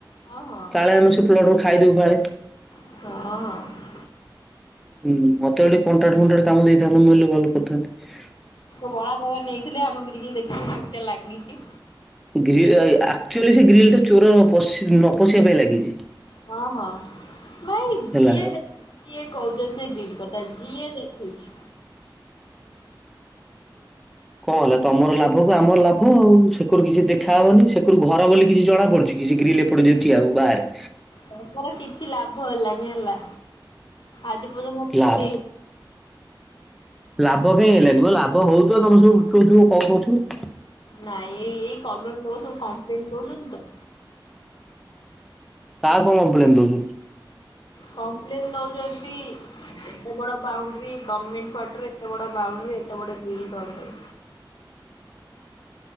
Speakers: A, on the left (about 70°); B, in the centre.
A: ହଁ ହଁ।
B: କାଳେ ଆମେ ସେ ପ୍ଲଟ କୁ ଖାଇଦଉ ଫାଳେ
A: ହଁ
B: ହୁଁ ମତେ ଭ କଣ୍ଟାଟ ଫଣ୍ଟାଟ କାମ ଦେଇଥାନ୍ତୁ ମୁଁଲେ ହେଲେ ଭଲ କରିଥାନ୍ତି
A: ବଳା ବାବା ନେଇଥିଲେ ଆମରି ଗ୍ରିଲ୍ ଦେଖିଲୁ କେତେ ଲାଗିଛି
B: ଗ୍ରିଲ ଆକ୍ଚୁଆଲି ସେ ଗ୍ରିଲ ଟା ଚୋର ପ ନ ପଶିବା ପାଇଁ ଲାଗିଛି
A: ହଁ ହଁ ଭାଇ
B: ହେଲା।
A: ଯିଏ ଦେ ସିଏ କହୁଛନ୍ତି ସେ ଗ୍ରିଲ କଥା ଯିଏ ଦେଖୁଛି
B: କଣ ହେଲା ତମର ଲାଭକୁ ଆମର ଲାଭ ଆଉ ସେକରୁ କିଛି ଦେଖାହବନି ସେକରୁ ଘର ବୋଲି କିଛି ଜଣା ପଡୁଛି କି ସେ ଗ୍ରୀିଲ ଏପଡୁ ଯ ଆଉ ବାହାରେ
A: ତମର କିଛି ଲାଭ ହେଲାନି ହେଲା ଆଜି ପର୍ଯ୍ୟନ୍ତ ପିଲ୍
B: ଲାଭ
A: ହେ
B: ଲାଭ କାଇହିଁ ହେଲାନି ମୋ ଲାଭ ହଉଥିବ ତମେ ସବୁଉଥିବ କଣ କହୁଥିବୁ
A: ନାଇଁ ଏଇ ଏଇ କଲୋନୀ ଲୋକ ସବୁ କମ୍ପ୍ଲେନ ଦଉଛନ୍ତି ତ
B: କା କଣ କମ୍ପ୍ଲେନ୍ ଦଉଛନ୍ତି
A: କମ୍ପ୍ଲେନ୍ ଦଉଛନ୍ତି ଏତେ ବଡ ବାଉଣ୍ଡରୀ ଗଭର୍ଣ୍ଣମେଣ୍ଟ କ୍ୱାର୍ଟର ଏତେ ବଡ ବାଉଣ୍ଡରୀ ଏତେ ବଡ ଗିଲ୍ କମ ପାଇଁ